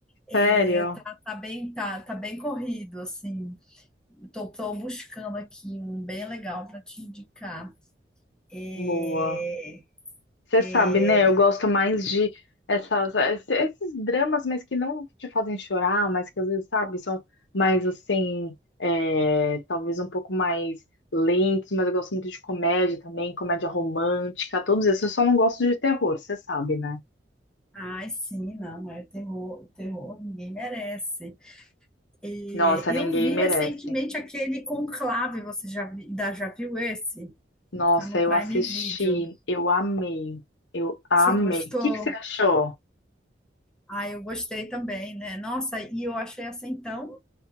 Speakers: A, in the centre; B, on the left.
A: É,
B: Sério?
A: tá, tá bem, tá, tá bem corrido, assim. Tô, tô buscando aqui um bem legal para te indicar. É,
B: Boa. Você
A: é
B: sabe, né? Eu gosto mais de essas, esse- esses dramas, mas que não te fazem chorar, mas que às vezes, sabe, são mais assim, é, talvez um pouco mais lentos, mas eu gosto muito de comédia também, comédia romântica, todos esses. Eu só não gosto de terror, você sabe, né?
A: Ai, sim, não, é terror, terror, ninguém merece. E
B: Nossa,
A: eu
B: ninguém
A: vi
B: merece.
A: recentemente aquele Conclave, você já, vi- ainda já viu esse?
B: Nossa,
A: Tá no Prime
B: eu assisti,
A: Video.
B: eu amei, eu amei.
A: Você gostou?
B: O que que você achou?
A: Ah, eu gostei também, né? Nossa, e eu achei essa então.